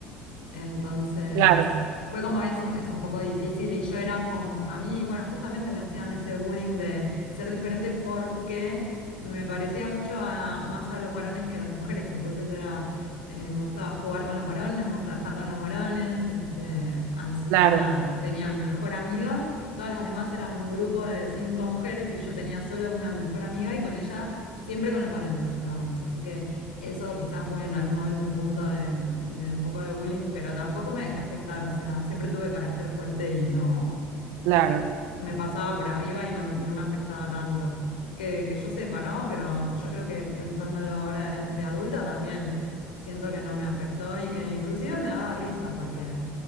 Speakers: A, on the left; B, on the right.
A: Entonces,
B: Claro,
A: fue como eso, es un poco difícil y yo era como, a mí, bueno, justamente me hacían ese bullying de ser diferente porque me parecía mucho a- más a los varones que a las mujeres, entonces era, eh, me gustaba jugar con los varones, me gustaba estar con los varones, este, así
B: claro,
A: que nada, tenía a mi mejor amiga, todas las demás eran un grupo de cinco mujeres y yo tenía solo una mejor amiga y con ella siempre con los varones estábamos, así que... Eso quizás fue en algún momento un punto de, de un poco de bullying, pero tampoco me dejé afectar, o sea, siempre tuve carácter fuerte y no,
B: claro,
A: me pasaba por arriba y no, no me afectaba tanto. Que, que yo sepa, ¿no? Pero yo creo que pensándolo ahora de, de adulta también siento que no me afectó y que inclusive me daba risa porque